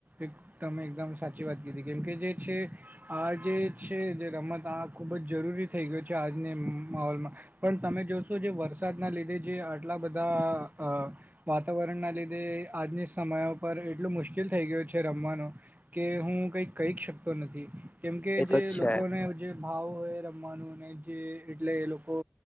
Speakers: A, on the right; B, on the left.
A: એક તમે એકદમ સાચી વાત કીધી કેમ કે જે છે આ જે છે જે રમત આ ખુબ જ જરૂરી થઈ ગયો છે આજની માહોલમાં. પણ તમે જોશો જે વરસાદના લીધે જે આટલા બધા આ વાતાવરણના લીધે આજની સમય પર એટલું મુશ્કેલ થઈ ગયું છે રમવાનો કે હું કઈક કહીક શકતો નથી કેમકે
B: એ
A: જે
B: તો છે
A: લોકોને જે ભાવ હોય રમવાનું અને જે એટલે એ લોકો